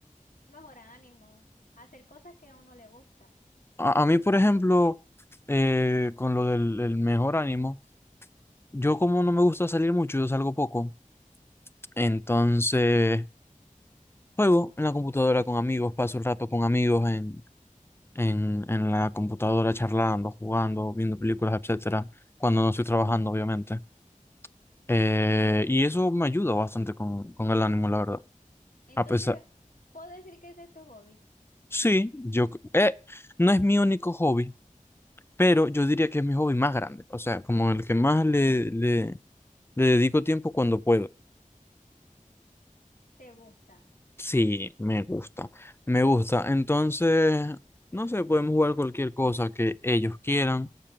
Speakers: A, on the left (about 80°); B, on the left (about 15°).
A: un mejor ánimo, hacer cosas que a uno le gusta.
B: a mí, por ejemplo, eh, con lo del el mejor ánimo, yo como no me gusta salir mucho, yo salgo poco. Entonces, juego en la computadora con amigos, paso el rato con amigos en, en la computadora charlando, jugando, viendo películas, etcétera, cuando no estoy trabajando, obviamente. Eh, y eso me ayuda bastante con, con el ánimo, la verdad.
A: Entonces,
B: A pesar,
A: puedo decir que ese es tu hobby,
B: sí, yo, c- eh, no es mi único hobby, pero yo diría que es mi hobby más grande, o sea, como el que más le, le, le dedico tiempo cuando puedo.
A: te gusta.
B: Sí, me gusta, me gusta. Entonces, no sé, podemos jugar cualquier cosa que ellos quieran,